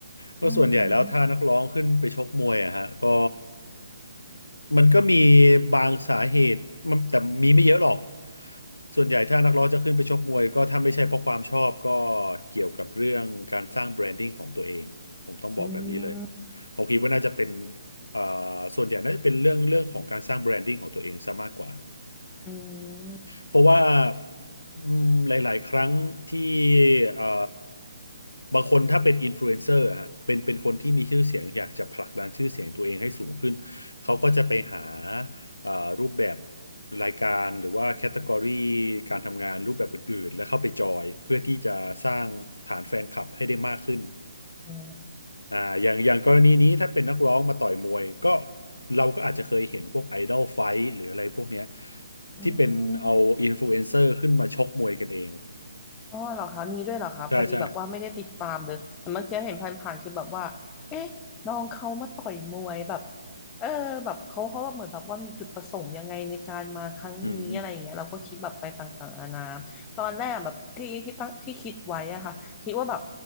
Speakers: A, on the left; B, on the left.
A: ก็ส่วนใหญ่แล้วถ้านักร้องขึ้นไปชกมวยอะฮะก็
B: อืม
A: มันก็มีบางสาเหตุมันแต่มีไม่เยอะหรอกส่วนใหญ่ถ้านักร้องจะขึ้นไปชกมวยก็ถ้าไม่ใช่เพราะความชอบก็เกี่ยวกับเรื่องการสร้างแบรนดิ้งของตัวเองผมต้องบอกแบบนี้เลย
B: อืม
A: ผมคิดว่าน่าจะเป็นเอ่อส่วนใหญ่น่าจะเป็นเรื่องเรื่องของการสร้างแบรนดิ้งของตัวเองซะมากกว่า
B: อืม
A: เพราะว่าอืมหลายๆ ครั้งที่เอ่อบางคนถ้าเป็นอินฟลูเอนเซอร์ฮะเป็นเป็นคนที่มีชื่อเสียงอยากจะผลักดันชื่อเสียงตัวเองให้สูงขึ้นเขาก็จะไปหาเอ่อรูปแบบรายการหรือว่าแคตตากรีการทำงานรูปแบบอื่นๆ แล้วเข้าไปจอยเพื่อที่จะสร้างฐานแฟนคลับให้ได้มากขึ้น
B: อ๋อ
A: อ่าอย่างอย่างกรณีนี้ถ้าเป็นนักร้องมาต่อยมวยก็เราก็อาจจะเคยเห็นพวกไอดอลไฟท์หรืออะไรพวกเนี้ย
B: อื
A: ที่เป็นเอาอินฟลูเอนเซอร์ขึ้นมาชกมวยกันเอง
B: ม อ๋อเหรอคะมีด้วยเหรอคะพอดีแบบว่าไม่ได้ติดตามเลยแต่เมื่อกี้เห็นผ่านๆคือแบบว่าเอ๊ะน้องเขามาต่อยมวยแบบ
A: ใช่ใช่
B: เออแบบเขาเขาว่าเหมือนแบบว่ามีจุดประสงค์ยังไงในการมาครั้งนี้อะไรอย่างเงี้ยเราก็คิดแบบไปต่างๆนานา
A: อืม
B: ตอนแรกแบบที่ที่ตั้งที่คิดไว้อะค่ะคิดว่าแบบ